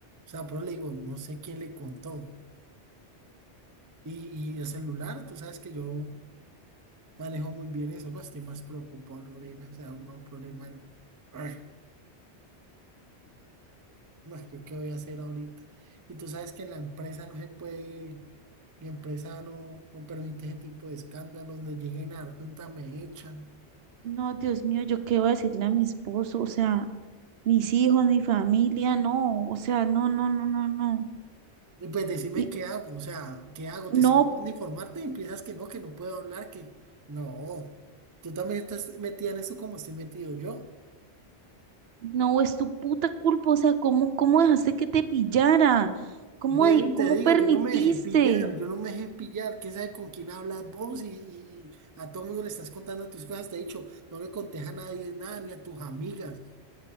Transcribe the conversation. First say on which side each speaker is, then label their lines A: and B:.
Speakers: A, on the right (about 30°); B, on the right (about 65°).
A: O sea, pero le digo, no sé quién le contó. Y, y el celular, tú sabes que yo manejó muy bien eso. No estoy más preocupado, Lorena. Se arma un problema. En... Arr, No, ¿yo qué voy a hacer ahorita? Y tú sabes que en la empresa no se puede, mi empresa no, no permite ese tipo de escándalos. no lleguen a dar cuenta, me echan.
B: No, Dios mío, ¿yo qué voy a decirle a mi esposo? O sea... mis hijos, mi familia, no, o sea, no, no, no, no, no.
A: Y Pues decime
B: Y
A: qué hago, o sea, ¿qué hago?
B: no,
A: Te estoy pidiendo informarte y empiezas que no, que no puedo hablar, que no. Tú también estás metida en eso como estoy metido yo.
B: no, es tu puta culpa, o sea, ¿cómo, cómo dejaste que te pillara? ¿Cómo,
A: Duelo,
B: di-
A: te
B: cómo
A: digo,
B: permitiste?
A: yo no me dejé pillar, yo no me dejé pillar, quién sabe con quién hablas vos y, y- y a todo mundo le estás contando tus cosas, te he dicho, no le contés a nadie nada, ni a tus amigas,